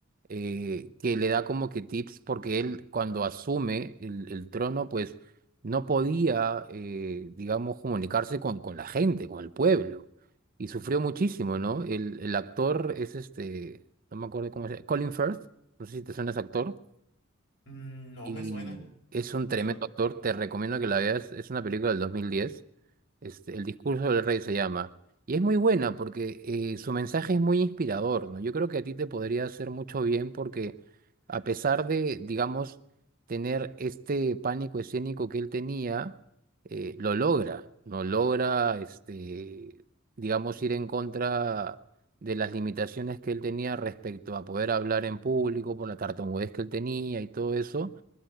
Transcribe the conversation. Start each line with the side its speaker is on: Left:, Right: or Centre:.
Right: eh, que le da como que tips, porque él cuando asume el, el trono, pues no podía, eh, digamos, comunicarse con, con la gente, con el pueblo, y sufrió muchísimo, ¿no? El, el actor es este, no me acuerdo cómo se llama, Colin Firth, no sé si te suena ese actor,
Left: Mm, No
Right: y
Left: me suena,
Right: es un tremendo
Left: pero...
Right: actor, te recomiendo que la veas, es una película del 2010 este, el discurso del rey se llama. Y es muy buena porque eh, su mensaje es muy inspirador, ¿no? Yo creo que a ti te podría hacer mucho bien porque a pesar de, digamos, tener este pánico escénico que él tenía, eh, lo logra, ¿no? Logra, este, digamos, ir en contra de las limitaciones que él tenía respecto a poder hablar en público por la tartamudez que él tenía y todo eso